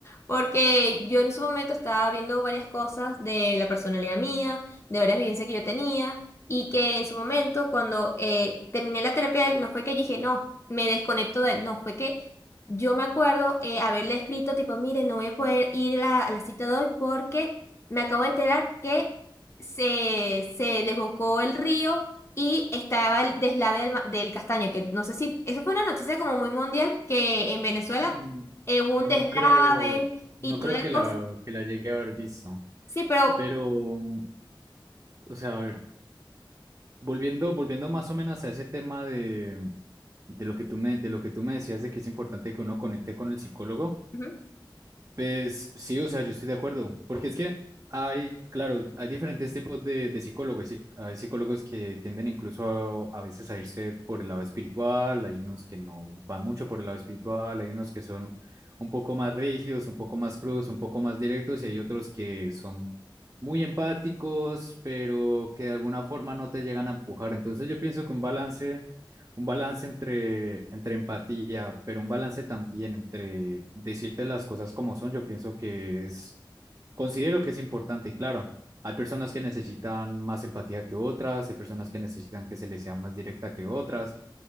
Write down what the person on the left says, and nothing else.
porque yo en su momento estaba viendo varias cosas de la personalidad mía, de varias vivencias que yo tenía, y que en su momento cuando eh, terminé la terapia, de él, no fue que dije, no, me desconecto de él, no, fue que yo me acuerdo eh, haberle escrito tipo, mire, no voy a poder ir a la, a la cita de hoy porque me acabo de enterar que se, se desbocó el río y estaba el deslave del, ma- del castaño, que no sé si, eso fue una noticia como muy mundial, que en Venezuela
eh, hubo
un deslave
y
toda la
cosa.
Sí, pero...
ujú.